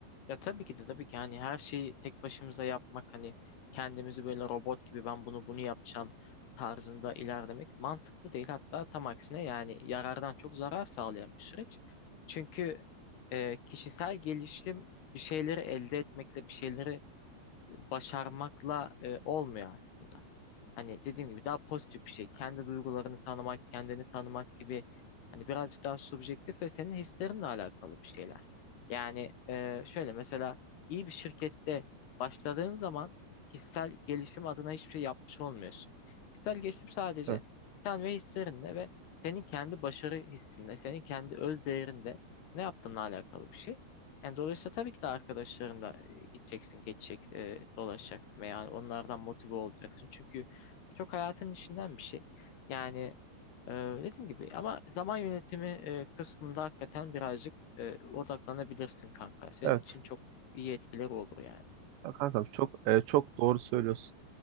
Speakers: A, on the left (about 70°); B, on the right (about 85°).
A: Ya tabii ki de tabii ki hani her şeyi tek başımıza yapmak hani kendimizi böyle robot gibi ben bunu bunu yapacağım tarzında ilerlemek mantıklı değil. Hatta tam aksine yani yarardan çok zarar sağlayan bir süreç. Çünkü e, kişisel gelişim bir şeyleri elde etmekle bir şeyleri başarmakla e, olmuyor Hani dediğim gibi daha pozitif bir şey. Kendi duygularını tanımak, kendini tanımak gibi hani birazcık daha subjektif ve senin hislerinle alakalı bir şeyler. Yani e, şöyle mesela iyi bir şirkette başladığın zaman kişisel gelişim adına hiçbir şey yapmış olmuyorsun. Kişisel gelişim sadece
B: Evet.
A: sen ve hislerinle ve senin kendi başarı hissinle, senin kendi öz değerinde ne yaptığınla alakalı bir şey. Yani dolayısıyla tabii ki de arkadaşlarınla e, gideceksin, geçecek, e, dolaşacaksın veya onlardan motive olacaksın. Çünkü çok hayatın içinden bir şey. Yani e, dediğim gibi ama zaman yönetimi e, kısmında hakikaten birazcık e, odaklanabilirsin kanka. Senin
B: Evet.
A: için çok iyi etkileri olur yani.
B: Ya kankam çok e, çok doğru söylüyorsun.